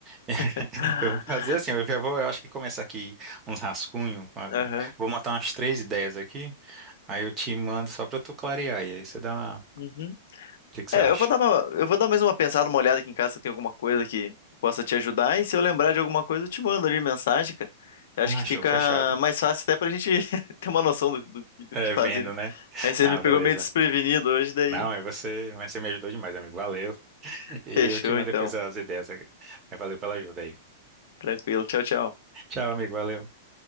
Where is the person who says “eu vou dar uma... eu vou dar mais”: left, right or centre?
Left